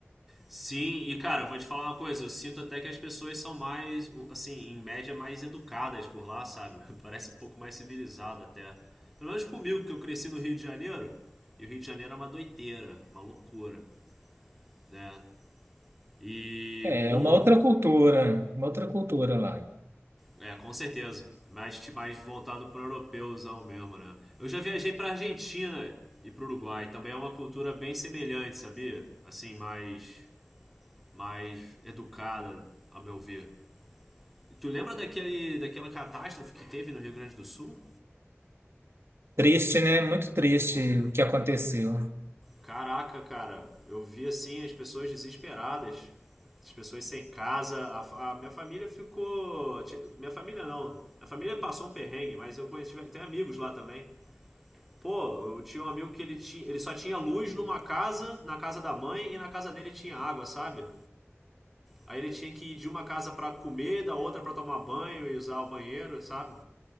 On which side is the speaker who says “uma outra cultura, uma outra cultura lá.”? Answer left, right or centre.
Right